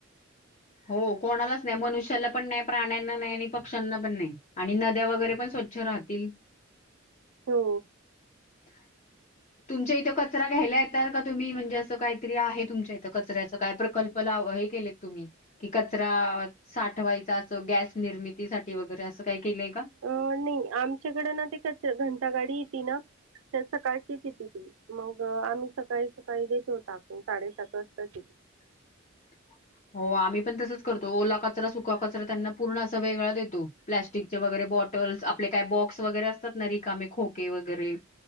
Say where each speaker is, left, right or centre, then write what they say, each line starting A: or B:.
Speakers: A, on the left; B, on the right.
A: हो कोणालाच नाही मनुष्याला पण नाही प्राण्यांना नाही आणि पक्ष्यांना पण नाही आणि नद्या वगैरे पण सुकतील. स्वच्छ राहतील.
B: हो.
A: <inaudible> तुमच्या इथे कचरा घ्यायला येतात का तुम्ही म्हणजे असं काहीतरी आहे तुमच्या इथं कचऱ्याच काय प्रकल्प.. हे केले तुम्ही... कि कचरा साठवायचा असो गॅस निर्मितीसाठी वगैरे असं काही केलंय का?
B: अ नाही आमच्याकडं ना ते कचरा घंटा गाडी येते ना.. त्या सकाळचीच येथे ती मग आम्ही सकाळी सकाळी देतो टाकून साडेसात वाजता येती.
A: <inaudible> हो आम्ही पण तसच करतो ओलाचरा सुका कचरा त्यांना पूर्ण असा वेगळा देतो प्लॅस्टिकचे वगरे.. बॉटल्स आपले काय बॉक्स वगैरे असतात ना रिकामे खोके वगैरे